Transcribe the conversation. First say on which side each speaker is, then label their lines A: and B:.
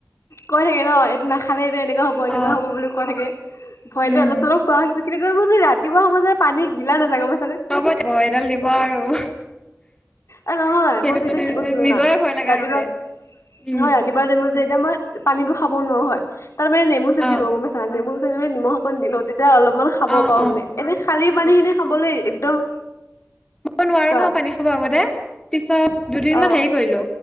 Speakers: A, on the left; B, on the left.
A: কৈ থাকে ন এইটো নাখালে যে এনেকুৱা হব এনেকুৱা
B: অ
A: হব বুলি কৈ থাকে। ভয়তে
B: উম
A: অলপ চলপ খোৱা হৈছো। কিন্তু কিন্তু যে ৰাতিপুৱা সময়ত যে পানী গিলা নাযায়গে মানে
B: হ'ব দিব এডাল দিব আৰু।
A: এ নহয়
B: সেইটো
A: মই যে
B: কাৰণে
A: এতিয়া কি
B: মানে
A: কৈছো জানা?
B: নিজৰে ভয় লগা
A: ৰাতিপুৱা
B: হৈছে উম
A: মই ৰাতিপুৱা টাইমত যে তেতিয়া মই পানীটো খাব নোৱাৰো হয়। তাৰ মানে নেমু চেপি
B: অ
A: লও গম পাইছা? নেমু চেপি মানে নিমখ অকণ দি লওঁ। তেতিয়া য়া অলপ অলপ খাব
B: অ
A: পাওঁ
B: অ
A: মানে। এনে খালি পানী খিনি খাবলে একদম
B: মই নোৱাৰো
A: কোৱা
B: নহ পানী খাব আগতে। পিছত দুদিন
A: অ',
B: মান সেই কৰিলো।